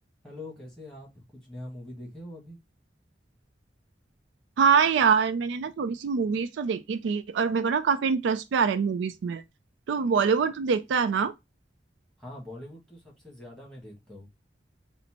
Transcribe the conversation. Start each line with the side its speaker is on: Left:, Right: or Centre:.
Centre: Hello कैसे हैं आप कुछ नया मूवी देखे हो अभी
Right: हाँ यार मैंने ना थोड़ी सी मूवीज तो देखी थी और मेरे को ना काफी इंटरेस्ट भी आ रहा है मूवीज में तो बॉलीवुड तो देखता है ना
Centre: हाँ बॉलीवुड तो सबसे ज्यादा मैं देखता हूँ